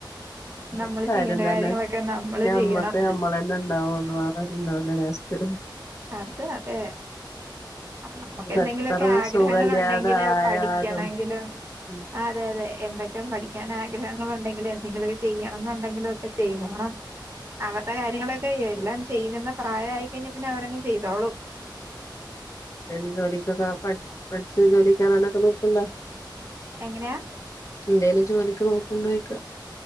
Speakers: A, on the left; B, on the right.
A: ആ
B: നമ്മള്
A: കാര്യം
B: ചെയ്യേണ്ട
A: തന്നെ
B: കാര്യങ്ങളൊക്കെ നമ്മള്
A: ഞമ്മക്ക്
B: ചെയ്യണം
A: നമ്മള് തന്നെ ഉണ്ടാവൊള്ളൂ വേറാരും ണ്ടാവൂല ലാസ്റ്റ് <unintelligible>
B: അത് അതെ നമ്മക്ക്
A: ഇപ്പ
B: എന്തെങ്കിലൊക്കെ
A: എത്ര
B: ആഗ്രഹങ്ങള്
A: സുഖല്യാതെ
B: ഉണ്ടെങ്കിലൊ
A: ആയാലും
B: പഠിക്കണങ്കിലൊ
A: ഉം
B: അതെ അതെ എന്തൊക്കെ പഠിക്കാൻ ആഗ്രഹങ്ങളുണ്ടെങ്കിലും എന്തെങ്കിലുമൊക്കെ ചെയ്യണന്നു ണ്ടെങ്കിലും ഒക്കെ ചെയ്തോണം അവരുടെ കാര്യങ്ങളൊക്കെ എല്ലാം ചെയ്യുന്നെ പ്രായായിക്കഴിഞ്ഞ പിന്നെ അവരെ ചെയ്‌തോളും
A: ഏത് ജോലിക്കൊക്ക പട് പഠിച്ച് ജോലികേറാനൊക്കെ നോക്ക്ണ്ടാ
B: എങ്ങനെയാ
A: ന്തേലും ജോലിക്ക് നോ കുണ്ടോയ്ക്ക